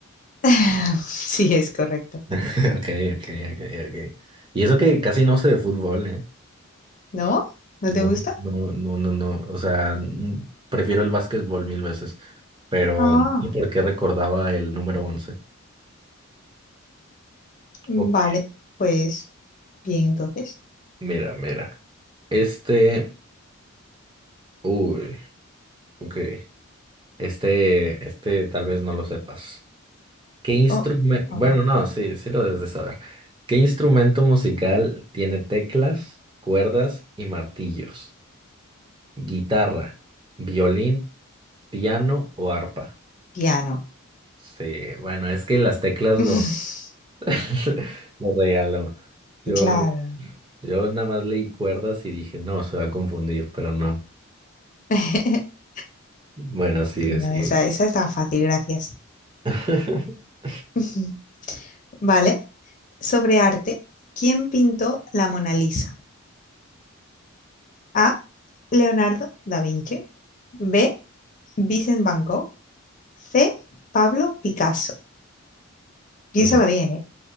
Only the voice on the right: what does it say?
<laughs> Ok, ok, ok, ok. Y eso que casi no sé de fútbol, ¿eh?
No,
no, no, no, no. O sea, n- prefiero el básquetbol mil veces, pero
no sé por qué recordaba el número once?
Ok,
mira, mira. Este, uy, ok. Este, este tal vez no lo sepas. ¿Qué instrumento?
Bueno,
no, sí, sí lo debes de saber. ¿Qué instrumento musical tiene teclas, cuerdas y martillos? ¿Guitarra, violín, piano o arpa?
Sí, bueno, es que las teclas
lo, <laughs> lo regaló. Yo,
yo nada más leí cuerdas y dije, no, se va a confundir, pero no.
Bueno, sí,
sí.
<laughs>
No.